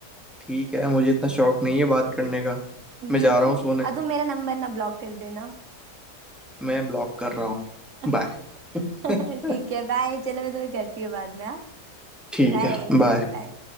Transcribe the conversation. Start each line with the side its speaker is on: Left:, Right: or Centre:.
Centre: ठीक है मुझे इतना शौक नहीं है बात करने का
Right: हम्म
Centre: मैं जा रहा हूँ सोने
Right: और तुम मेरा नंबर ना ब्लॉक कर देना
Centre: मैं ब्लॉक कर रहा हूँ
Right: <laughs>
Centre: बाय <laughs>
Right: ठीक है बाय चलो मैं तुम्हें करती हूँ बाद में हाँ,
Centre: ठीक
Right: बाय
Centre: है बाय
Right: हाँ, बाय